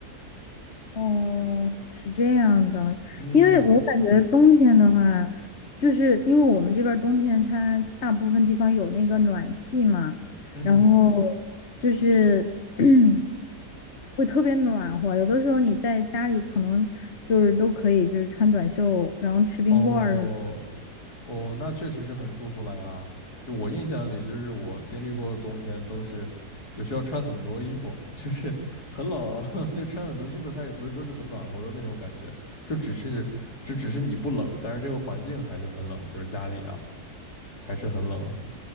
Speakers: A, on the left (about 45°); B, on the left (about 70°).
A: 哦，是这样的，
B: 嗯
A: 因为我感觉冬天的话，就是因为我们这边儿冬天它大部分地方有那个暖气嘛，
B: 嗯，
A: 然后就是 <clears throat> 会特别暖和，有的时候你在家里可能就是都可以就是穿短袖，然后吃冰棍儿什么，
B: 哦，哦，那确实是很舒服了呀。就我印象里，就是我经历过的冬天都是，就需要穿很多衣服，<laughs> 就是很冷，<laughs> 就穿很多衣服。它也不是说是很暖和的那种感觉，就只是，只只是你不冷，但是这个环境还是很冷，就是家里啊还是很冷。